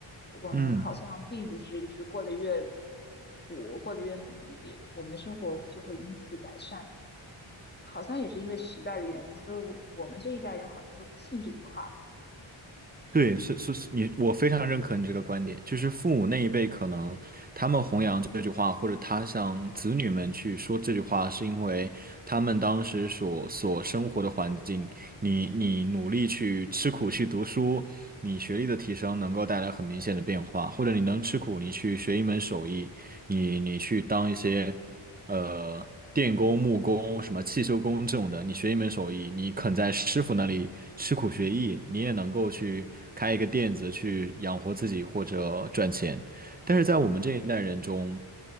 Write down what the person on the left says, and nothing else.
我们好像并不是就是过得越
苦，过得越努力，我们的生活就会因此改善。好像也是因为时代的原因，所以我我们这一代人好像都不信这句话了
嗯